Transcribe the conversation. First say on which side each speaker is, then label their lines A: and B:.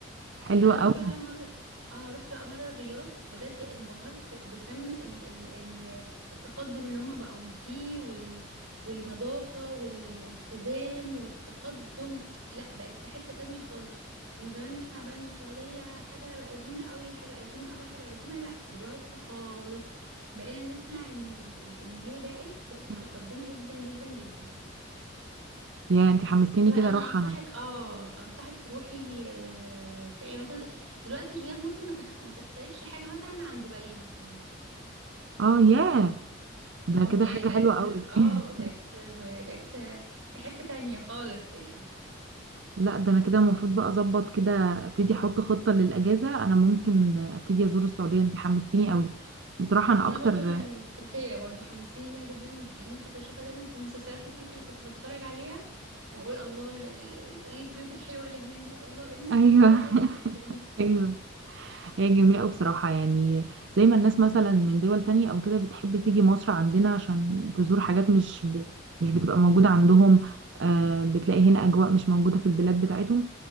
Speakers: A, on the right (about 55°); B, on the right (about 85°).
A: حلو
B: انا رحت
A: قوي
B: بقى مره اه رحت بقى مره الرياض بجد انبهرت بكم ال... ال... ال... التقدم اللي هم بقوا فيه وال... والنظافه والالتزام والتقدم لا بقت في حته تانية خالص كنا زمان نسمع بقى ان السعوديه حاجه قديمه قوي حاجه قديمه قوي حاجه قديمه لا دلوقتي خالص بقينا نسمع ان ال... ال- ان هي بقت متقدمه
A: مم.
B: جدا جدا جدا
A: يا انت حمستيني
B: هو
A: كده
B: انا
A: اروح
B: انصحك اه انصحك تروحي آه، بتاع يعني مثلا دلوقتي الرياض مثلا ما, تخ... ما تختلفش حاجه مثلا عن دبي مثلا
A: اه ياه ده
B: اه
A: كده
B: يعني
A: حاجة
B: بقت
A: حلوة
B: كل
A: قوي
B: اه
A: <laughs>
B: بقت بقت في حته تانية خالص يعني
A: لا ده انا كده المفروض بقى اظبط كده ابتدي احط خطة للاجازة انا ممكن ابتدي ازور السعودية انت حمستيني قوي بصراحة انا
B: وانا
A: اكتر
B: برضو تركيا برضو حماسين ليها جدا لان كنت بشوفها دايما في المسلسلات التركي اللي كنت بتفرج عليها واقول الله ال- ال- البيوت الحلوه اللي هناك دي الله الناس
A: ايوه
B: الحلوه اللي
A: <laughs>
B: هناك دي
A: ايوه هي جميلة أوي بصراحة يعني زي ما الناس مثلا من دول تانية أو كده بتحب تيجي مصر عندنا عشان تزور حاجات مش بت... مش بتبقى موجودة عندهم آه بتلاقي هنا أجواء مش موجودة في البلاد بتاعتهم